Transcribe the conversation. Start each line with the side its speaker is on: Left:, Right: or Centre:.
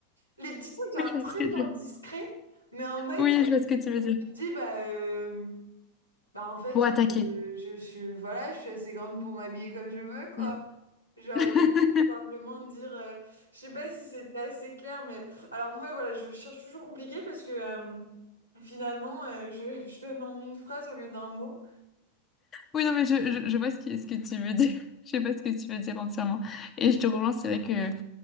Right: les, les petits trucs, genre
Left: je vois
Right: très
Left: ce que tu...
Right: genre discrets. Mais en mode,
Left: oui,
Right: euh,
Left: je vois ce que tu veux dire.
Right: tu te dis, bah, euh, bah en fait,
Left: Pour attaquer.
Right: euh, je, suis, voilà, je suis assez grande pour m'habiller comme je veux, quoi.
Left: Mm.
Right: Genre,
Left: <laughs>
Right: au lieu de simplement de dire, euh, je sais pas si c'était assez clair, mais alors moi, voilà, je cherche toujours compliqué parce que euh, finalement, euh, je, <laughs> je donne en une phrase au lieu d'un mot.
Left: Oui, non, mais je, je, je vois ce que, ce que tu veux dire. <laughs> Je sais pas ce que tu veux dire entièrement. Et je te relance, c'est vrai que